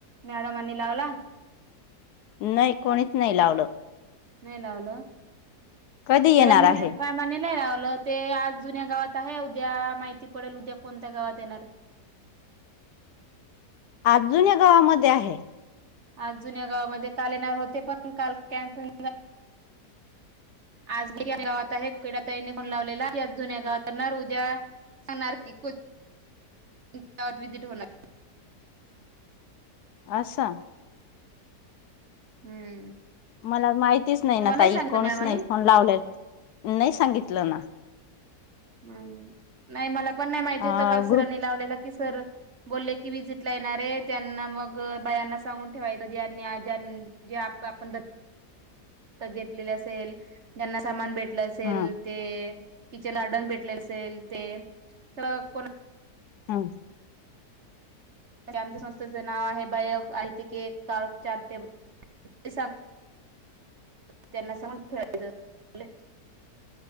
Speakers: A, on the right; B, on the left.
A: मॅडमांनी लावला <inaudible>
B: नाही कोणीच नाही लावलं <inaudible>
A: नाही लावलं <inaudible> <inaudible>
B: कधी
A: सुरनी
B: येणार आहे
A: मणलाय रा ते आज जुन्या गावात आहे उद्या माहिती पडेल उद्या कोणत्या गावात येणार <inaudible>
B: अजून या गावामध्ये आहे <inaudible>
A: आज जुन्या गावामध्येध्ये काल येणार होते पण काल कॅमपून आजी गावात आहे कुकड तईने कोन लावलेला जुन्या गावात आणणार उद्या सांगणार की गावातजिट होणार
B: आसाम <inaudible>
A: <inaudible> हम्म
B: मला माहितीच नाही
A: तुम्हाला
B: ना तई
A: सांगितलं
B: कोणीच
A: मॅडमांनी
B: नाही फोन लावलेल <inaudible> नाही सांगितलं ना
A: हम्म नाही मला <inaudible> पण नाही माहिती होतं
B: अ
A: काल सरांनी
B: ग्रुप
A: लावलेलं की सर बोलले की विजिट ला येणार आहे त्यांना मग बायांना सांगून ठेवायचं जनी ज्यां <inaudible> जे आप आपण द <inaudible> <inaudible> घेतलेले असेल जना सामान भेट कलं असेल
B: ह
A: ते किचन अडन भेटले असेल ते <inaudible> कोणा
B: होम <inaudible>
A: आमच्या संस्थेचं नाव आहे बायफ आ ते केक कार चारटेबल त्यांनाांेचं <inaudible>